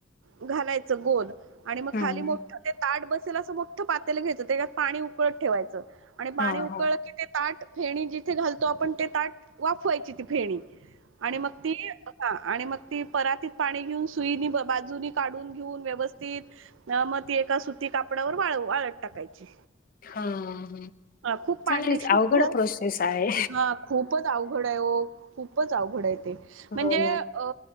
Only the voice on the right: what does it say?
घालायचं गोल. आणि मग
खाली मोठं ते ताट बसेल असं मोठं पातेल घ्यायचं त्याच्यात पाणी उकळत ठेवायचं. आणि पाणी
उकळ
की ते ताट फेणी जिथे घालतो आपण ते ताट वाफवायची ती फेणी आणि मग ती हा आणि मग ती परातीत पाणी घेऊन सुईनी बाजूनी काढून घेऊन व्यवस्थित अ मग ती एका सुती कापडावर वाळ वाळत टाकायची.
अ खूप पांढरी
शुभ्र
हा खूपच अवघड आहे खूपच अवघड आहे ते
म्हणजे
अ